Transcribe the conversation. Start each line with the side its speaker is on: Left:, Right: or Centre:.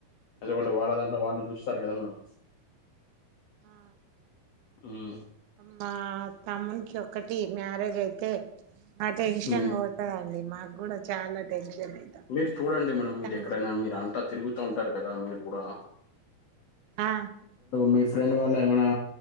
Left: ఎందుకంటే వాళ్ళ దాంట్లో వాళ్ళు చూస్తారు కదా మేడం
Right: అ
Left: మ్మ్
Right: మా తమ్మునికి ఒకటి మ్యారేజ్ అయితే ఆ టెన్షన్
Left: మ్మ్
Right: పోతదండి మాకు కూడా చాలా టెన్షన్ అయితాం
Left: మీరు చూడండి మేడం
Right: మా
Left: మీరు
Right: తమ్ముడు
Left: ఎక్కడైనా మీరు అంతా తిరుగుతూ ఉంటారు కదా మీరు కూడా
Right: ఆ
Left: మీ ఫ్రెండ్ వాల్ళ ఏమన్నా